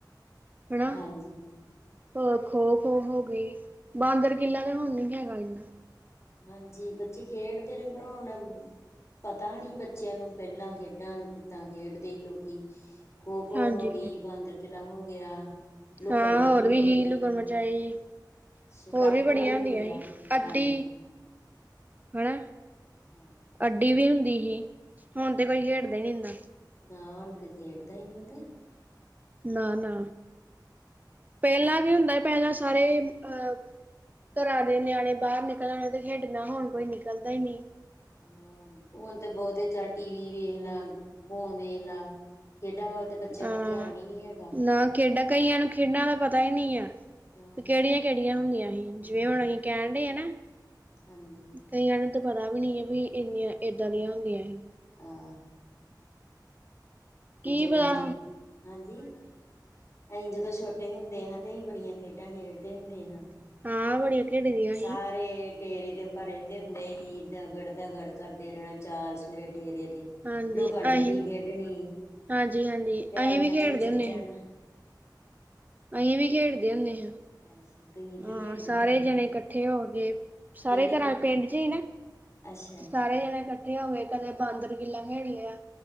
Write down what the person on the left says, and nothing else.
ਹਾਂਜੀ
ਹਾਂਜੀ
ਹਾਂਜੀ, ਬੱਚੇ ਖੇਡਦੇ ਨੇ ਪਰ ਹੁਣ ਪਤਾ ਨੀ ਬੱਚਿਆਂ ਨੂੰ ਪੈਲਾਂ ਖੇਡਾਂ ਕਿੱਦਾਂ ਖੇਡਦੇ ਸੀ ਲੋਕੀ ਖੋ-ਖੋ
ਹੋ ਗਈ ਬਾਂਦਰ ਕਿਲਾ ਹੋ ਗਿਆ ਲੁਕਣ
ਮੀਟੀ
ਹੋ
ਗਈ
ਸਟਾਪੂ
ਹੋ
ਗਿਆ
ਹਾਂਜੀ
ਹਾਂ।
ਨਾ ਹੁਣ ਤੇ ਖੇਡਦਾ ਈ ਨੀ ਤੇ।
ਹੁਣ
ਹ ਹੁਣ ਤੇ ਬੌਤੇ ਚੱਲ ਟੀ ਵੀ ਵੇਖ ਲਾ, ਫੋਨ ਵੇਖ ਲਾ। ਖੇਡਾਂ ਵੱਲ ਤਾਂ ਬੱਚਿਆਂ
ਦਾ ਧਿਆਨ ਈ ਨੀ ਹੈਗਾ।
ਹਾਂ
ਹਮ
ਹਾਂਜੀ
ਆਂ।
ਉਦੋਂ
ਅਸੀਂ ਜ ਹਾਂਜੀ। ਅਹੀ ਜਦੋਂ ਛੋਟੇ ਹੁੰਦੇ ਹਾਂ ਤੇ ਅਸੀਂ ਬੜੀਆਂ ਖੇਡਾਂ ਖੇਡਦੇ ਹੁੰਦੇ ਹਾਂ।
ਸਾਰੇ ਡੇਰੇ ਦੇ ਪਰ ਰੈਂਦੇ ਹੁੰਦੇ ਹੀ ਦਗੜ-ਦਗੜ ਕਰਦੇ ਰੈਣਾ ਚਾਰ ਸ਼ਫੇਰੇ ਡੇਰੇ ਦੇ।
ਲੂਕਣ ਮਿੱਟੀ
ਖੇਡਣੀ।
ਪੈਲੀਆਂ
ਚ ਚੱਲ
ਜਾਣਾ
<unintelligible>
ਖੇਡਦੇ
ਹੁੰਦੇ
ਕਿਹੜੀ ਕੀ
ਅੱਛਾ